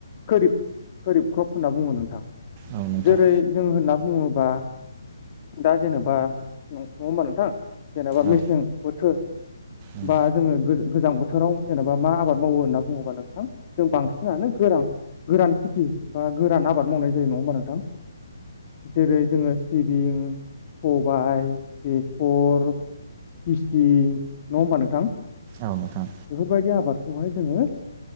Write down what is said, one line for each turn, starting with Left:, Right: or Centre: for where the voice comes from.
Left: कोरिब कोरिब क्रप होनना बुङो नोंथां।
Right: औ नोंथां
Left: जेरै जों होनना बुङोब्ला दा दा जेनेबा नङ होमबा नोंथां जेनेबा
Right: औ
Left: मेसें बोथोर
Right: उम
Left: बा जोङो गोजां बोथोराव जेनेबा मा आबाद माव होन बुङोबा नोंथां जों बांसिनानो गोरान गोरान खेथि बा गोरान आबाद मावनाय जायो नङा होमबा नोंथां जेरै जोङो सिबिं सबाय बेसर दिसि नङा होमबा नोंथां बेफोरबायदि
Right: औ नोंथां
Left: आबाद ब'हाय जोङो